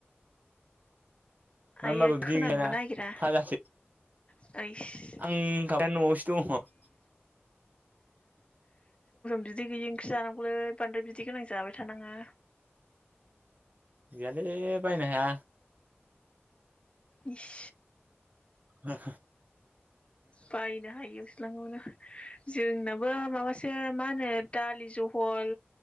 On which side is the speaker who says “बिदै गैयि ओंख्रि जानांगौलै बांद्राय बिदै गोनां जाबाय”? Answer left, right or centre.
Left